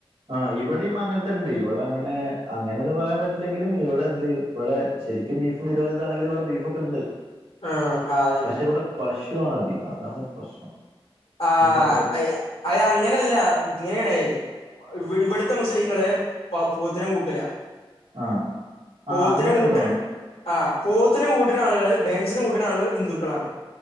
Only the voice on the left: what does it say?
ആഹ് അതന്നെ
ആഹ്
അയ് അയ് അങ്ങനല്ല ഇങ്ങനെയാണേ ഇവിടുത്തെ മുസ്ലിങ്ങളെ പ പോത്തിനെ കൂട്ടൂല
പോത്തിന
ഊട്ടിന്
ആഹ് പോത്തിനു കൂട്ടിന ആളുകള് ബേൻസിനും കൂട്ട്ണ ആളുകൾ ഹിന്ദുക്കളാണ്